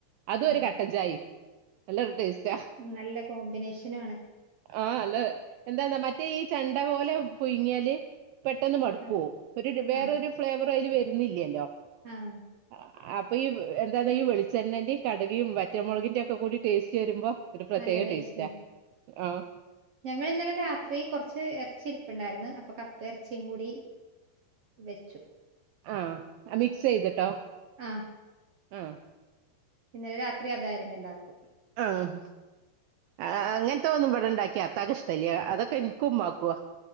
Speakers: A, on the right; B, on the right.
A: അതും
B: ആ
A: ഒരു കട്ടഞ്ചായയും നല്ലൊരു ടേസ്റ്റാ
B: നല്ല കോമ്പിനേഷനും ആണ്
A: ആഹ് അല്ല എന്താന്നാ മറ്റേ ഈ ചെണ്ട പോലെ പുഴുങ്ങിയാല് പെട്ടെന്ന് മടുപ്പവും
B: ആ
A: ഒരു വേറൊരു
B: ആ
A: ഫ്ലേവർ അതിൽ വരുന്നില്ലല്ലോ
B: ആഹ്
A: ആ, അപ്പൊ ഈ എന്താ ഈ വെളിച്ചെണ്ണന്റെയും കടുകും വറ്റമുളകിന്റെ ഒക്കെ കൂടി ടേസ്റ്റ് വരുമ്പോ ഒരു പ്രത്യേക
B: നല്ല ടേസ്റ്റ്
A: ടേസ്റ്റാ
B: ആയിരിക്കും
A: ആഹ്
B: ഞങ്ങൾ ഇന്നലെ രാത്രി കുറച്ച് ഇറച്ചി ഇരിപ്പ്ണ്ടായിരുന്നു അപ്പൊ കപ്പ ഇറച്ചിയും കൂടി വെച്ചു
A: ആഹ് അഹ് മിക്സ് ചെയ്തിട്ടോ
B: ആഹ്
A: ആഹ്
B: ഇന്നലെ രാത്രി അതായിരുന്നു എല്ലാവർക്കും
A: ആഹ് ആ അങ്ങനത്തൊന്നും ഇവിടെണ്ടാക്കിയ അത്താകിഷ്ടല്ല്യ അതൊക്കെ എനക്കുമ്മാക്കുവാ